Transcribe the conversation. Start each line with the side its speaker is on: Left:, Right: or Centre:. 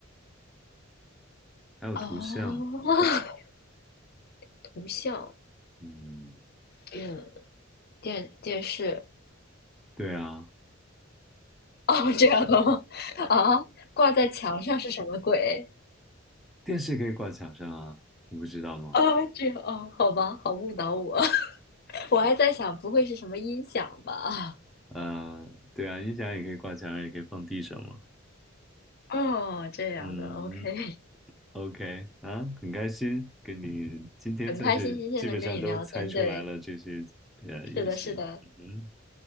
Centre: 还有图像，
Left: 哦，<laughs> 图像，
Centre: 嗯，
Left: 嗯，电电视，
Centre: 对啊，
Left: 哦，这样的吗？啊，挂在墙上是什么鬼？
Centre: 电视可以挂墙上啊，你不知道吗？
Left: 啊，这样哦，好吧，好误导我，<laughs> 我还在想，不会是什么音响吧？
Centre: 呃，对啊，音响也可以挂墙上，也可以放地上嘛，
Left: 哦，这样的，OK，
Centre: 嗯，OK 啊，很开心跟你今天算是基本上都猜出来了这些呃游戏，
Left: 很开心今天能跟你聊天，对，是的，是的，
Centre: 嗯哼。